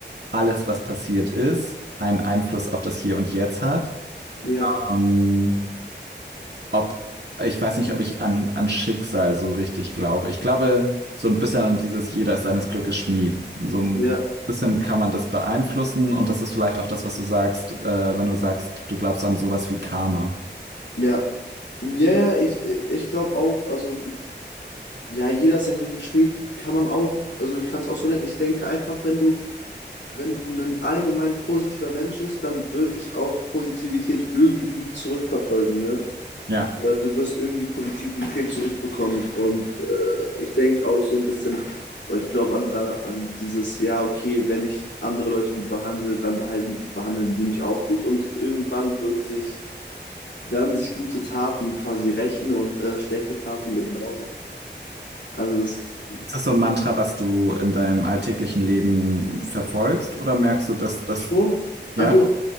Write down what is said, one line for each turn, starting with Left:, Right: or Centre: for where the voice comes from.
Right: alles, was passiert ist, einen Einfluss auf das Hier und Jetzt hat.
Left: ja,
Right: Ähm, ob, ich weiß nicht, ob ich an, an Schicksal so richtig glaube. Ich glaube so ein bisschen an dieses Jeder ist seines Glückes Schmied. So ein
Left: ja, ja.
Right: bisschen kann man das beeinflussen und das ist vielleicht auch das, was du sagst, äh, wenn du sagst, du glaubst an sowas wie Karma.
Left: Ja, ja, ich, ich glaube auch, also ja, jeder ist ein glücklicher Schmied, kann man auch, also ich kann es auch so nennen. Ich denke einfach, wenn du, wenn du ein allgemein positiver Mensch bist, dann wird dich auch Positivität irgendwie zurückverfolgen, ne?
Right: Ja.
Left: äh, du wirst irgendwie Positivität zurückbekommen. Und äh, ich denke auch so ein bisschen, oder ich glaube an, da, an dieses, ja, okay, wenn ich andere Leute gut behandle, dann behalten, behandeln die mich auch gut. Und irgendwann wird sich, werden sich gute Taten quasi rächen und äh, schlechte Taten genauso. Also das
Right: Ist das so ein Mantra, was du in deinem alltäglichen Leben verfolgst oder merkst du, dass das,
Left: schon,
Right: ja?
Left: also,